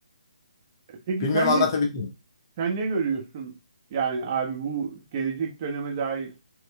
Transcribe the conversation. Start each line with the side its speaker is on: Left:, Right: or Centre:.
Right: E, Peki
Left: Bilmiyorum
Right: sen
Left: anlatabildim
Right: ne
Left: mi?
Right: sen ne görüyorsun? Yani abi bu gelecek döneme dair